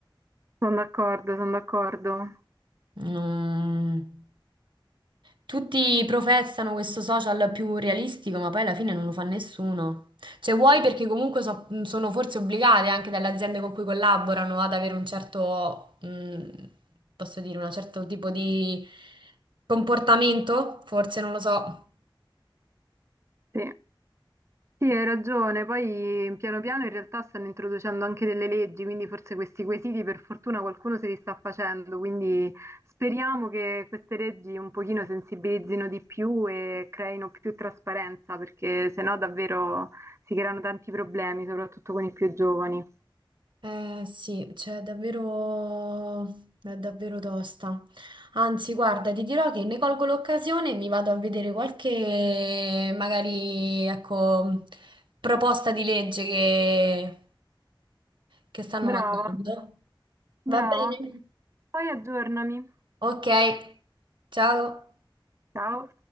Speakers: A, on the right; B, on the right.
A: sono d'accordo, sono d'accordo.
B: non- tutti professano questo social più realistico, ma poi alla fine non lo fa nessuno. Cioè, vuoi perché comunque so- sono forse obbligate anche dalle aziende con cui collaborano ad avere un certo, mh, posso dire, un certo tipo di comportamento, forse non lo so.
A: Sì. Sì, hai ragione. Poi piano piano in realtà stanno introducendo anche delle leggi, quindi forse questi quesiti per fortuna qualcuno se li sta facendo, quindi speriamo che queste leggi un pochino sensibilizzino di più e creino più trasparenza, perché sennò davvero si creano tanti problemi, soprattutto con i più giovani.
B: Eh sì, cioè davvero, è davvero tosta. Anzi, guarda, ti dirò che ne colgo l'occasione e mi vado a vedere qualche, magari, ecco, proposta di legge che, che stanno
A: Brava,
B: mandando. Va
A: brava.
B: bene?
A: Poi aggiornami.
B: Ok, ciao.
A: Ciao.